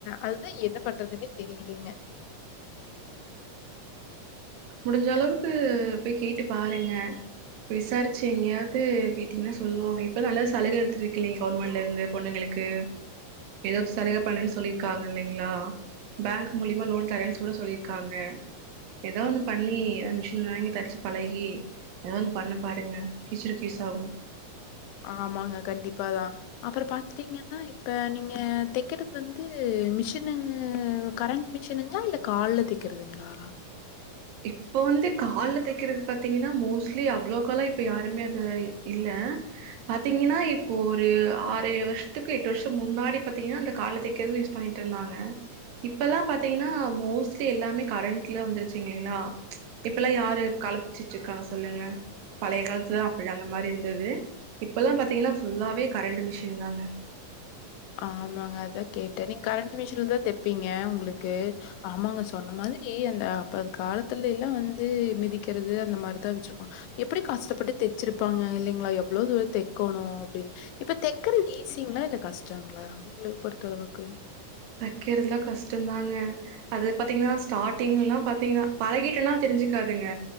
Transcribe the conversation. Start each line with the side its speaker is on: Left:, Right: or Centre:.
Left: அது தா என்ன பண்றதுன்னே தெரியிலீங்க
Right: முடிஞ்சளவுக்கு போய் கேட்டு பாருங்க விசாரிச்சு எங்கயாவ்து கேட்டீங்னா சொல்வாங்க இப்ப தா நல்ல சலுக எடுத்துட்ருக்கில்லீங் கவுர்மெண்ட்லருந்து பொண்ணுங்களுக்கு எதோ சலுக பண்ணனுன் சொல்லிருக்காங்க இல்லைங்களா பேங்க் மூலியமா லோன் தரேன் கூட சொல்லிருக்காங்க எதா ஒன்னு பண்ணி எதா மிஷின் வாங்கி தச்சு பழகி எதாது ஒன் பண்ணு பாருங்க ஃப்யூச்சருக்கு யூஸ் ஆகு
Left: ஆமாங்க கண்டிப்பாதா அப்பறோ பாத்துட்டீங்கன்னா இப்ப நீங்க தெக்கறது வந்து மிஷினு கரண்ட் மிஷினுங்ளா இல்ல கால்ல தெக்கறதுங்ளா
Right: இப்ப வந்து கால்ல தெக்கறது பாத்தீங்கன்னா மோஸ்லி அவ்ளோக்கால்லா இப்ப யாருமே அது இ இல்ல பாத்தீங்கன்னா இப்போ ஒரு ஆறு ஏழு வர்ஷத்துக்கு எட்டு வர்ஷத்துக் முன்னாடி பாத்தீங்கன்னா அந்த கால்ல தெக்கறது யூஸ் பண்ணிட்ருந்தாங்க இப்பல்லா பாத்தீங்கன்னா மோஸ்லி எல்லாமே கரண்ட்ல வந்துருச்சு <unintelligible> இல்லீங்ளா இப்பல்லா யாரு கால்ல தச்சிட்ருக்காங்க சொல்லுங்க பழைய காலத்துல அப்டிதா அந்த மாரி இருந்துது இப்பல்லா பாத்தீங்கன்னா ஃபுல்லாவே கரண்டு மிஷினுந்தாங்க
Left: ஆமாங்க அதா கேட்டே நீங் கரண்ட் மிஷின்ல தா தெப்பீங்க ஏ உங்களுக்கு ஆமாங்க சொன்ன மாதிரி அந்த அப்ப காலத்துலெல்லா வந்து மிதிக்கறது அந்த மாரி தா வெச்சிருப்பா எப்பிடி கஷ்டப்பட்டு தெச்சிருப்பாங்க இல்லீங்ளா எவ்ளோ தூரோ தெக்கோனு அப்டினு இப்ப தெக்கறது ஈஸிங்ளா இல்ல கஸ் ச்சாங்களா உங்கள பொறுத்தளவுக்கு
Right: தெக்கறதுல்லா கஷ்டந்தாங்க அது பாத்தீங்கனா ஸ்டார்டிங் எல்லா பாத்தீங்கனா பழகிட்டன்னா தெரிஞ்சுக்காதுங்க